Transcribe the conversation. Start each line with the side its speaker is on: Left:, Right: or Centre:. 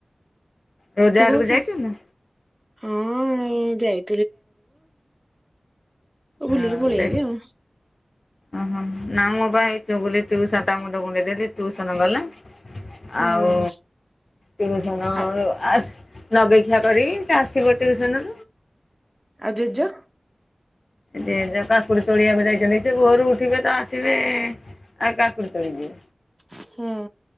Left: ରୋଜା
Right: ତୁ କଣ
Left: ଘରକୁ ଯାଇଥିଲୁ?
Right: <unintelligible> ବୁଲିକି
Left: ଆଉ
Right: ପଳେଇ
Left: ଦେଖ
Right: ଆଇଲି ଆଉ।
Left: ଓହୋ ନା ମୋ ଭାଇ ଚୁଗୁଲି ଟୁସନ୍ ତା ମୁଣ୍ଡ କୁଣ୍ଡେଇ ଦେଲି ଟୁସନ୍ ଗଲା।
Right: ହୁଁ
Left: ଆଉ ଟିଉସନ୍
Right: ଆ
Left: ରୁ ଆସ୍ ନଗେଇ ଖିଆ କରି ସେ ଆସି ଗୋଟେ <unintelligible> ରୁ।
Right: ଆଉ ଜେଜ?
Left: ଜେଜ କାକୁଡି ତୋଳିଆକୁ ଯାଇଚନ୍ତି, ସେ ଭୋରୁ ଉଠିବେ ତ ଆସିବେ ଆ କାକୁଡି ତୋଳି ଯିବେ।
Right: ହୁଁ।